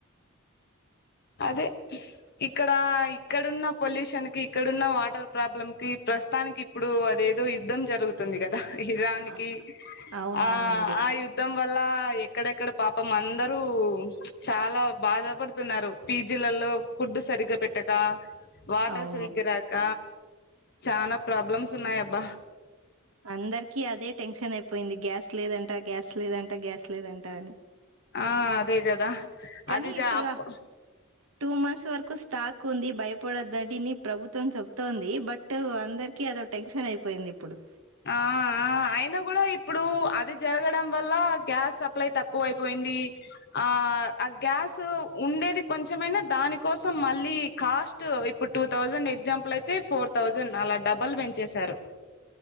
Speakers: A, on the left; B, on the right.
A: అదే ఇక్కడ ఇక్కడున్న పొల్యూషన్ కి ఇక్కడున్న వాటర్ ప్రాబ్లం కి ప్ర ప్రస్తుతానికి ఇప్పుడు అదేదో యుద్ధం జరుగుతుంది గా దా ఇరాన్కి
B: ఆ అవునవునండి.
A: ఆ ఆ యుద్ధం వ ల్ల ఎక్కడెక్కడ పాపం అందరూ చాలా బాధపడుతున్నారు పీజీలలో ఫుడ్ సరిగ్గా పెట్టక వాటర్
B: అవును.
A: సరిగ్గా రాక చానా ప్రాబ్లమ్స్ ఉన్నాయబ్బా
B: అందరికిీ అదే టెన్షన్ అయిపోయింది గ్యాస్ లేదంటా గ్యాస్ లేదంటా గ్యాస్ లేదంట అని
A: ఆ అదే కదా
B: కానీ
A: అదిజా
B: ఇటు
A: అప్ప
B: టూ మంత్స్ వరకు స్టాక్ ఉంది భయపడొదుని ప్రభుత్వం చెప్తోంది బట్ అందరికి అ టెన్షన్ అయిపోయింది ఇప్పుడు
A: ఆఆ అయినా కూడా ఇప్పుడు అది జరగడం వల్ల గ్యాస్ సప్లై తక్కువ అయిపోయి ది ఆ ఆ గ్యాస్ ఉండేది కొంచెమైనా దాని కోసం మళ్ళీ క అస్ట్ ఇప్పుడు టూ థౌజండ్ ఎగ్జాంపుల్ అయితే ఫోర్ థౌజండ్ అలా డబల్ పెంచెసారు